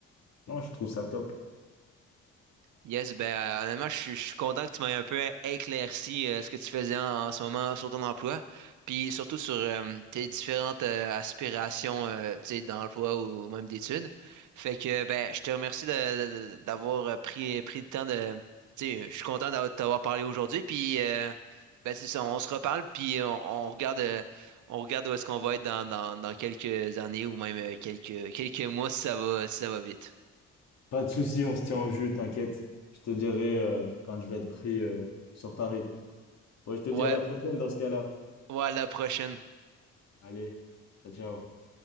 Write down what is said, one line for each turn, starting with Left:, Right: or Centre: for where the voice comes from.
Left: non, je trouve ça top.
Right: Yes, ben euh, honnêtement, je suis je suis content que tu m'aies un peu éclairci euh, ce que tu faisais en, en ce moment sur ton emploi, puis surtout sur euh, tes différentes euh, aspirations euh, tu sais, d'emploi ou, ou même d'études. Fait que ben je te remercie de- de- d'avoir euh, pris, pris le temps de. Tu sais, je suis content d'avoir- de t'avoir parlé aujourd'hui, puis euh, ben c'est ça, on se reparle, puis on, on regarde euh, on regarde où est-ce qu'on va être dans, dans, dans quelques années ou même euh, quelques, quelques mois si ça va si ça va vite.
Left: Pas de souci, on se tient au jus, t'inquiète. Je te dirai euh, quand je vais être pris euh, sur Paris. Bon, je te dis
Right: Ouais,
Left: à la prochaine dans ce cas-là.
Right: ouais, à la prochaine.
Left: Allez, ciao, ciao.